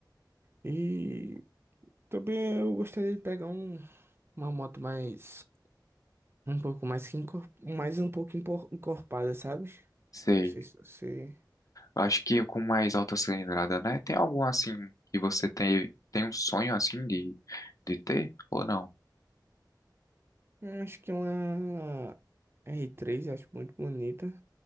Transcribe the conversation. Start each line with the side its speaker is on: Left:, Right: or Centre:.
Right: E também eu gostaria de pegar um, uma moto mais, um pouco mais que encor, mais um pouco empor- encorpada, sabe?
Left: sei.
Right: Não sei se você.
Left: Eu acho que com mais alta cilindrada, né? Tem algum assim que você tem, tem um sonho assim de, de ter ou não?
Right: Eu Acho que uma r três acho muito bonita.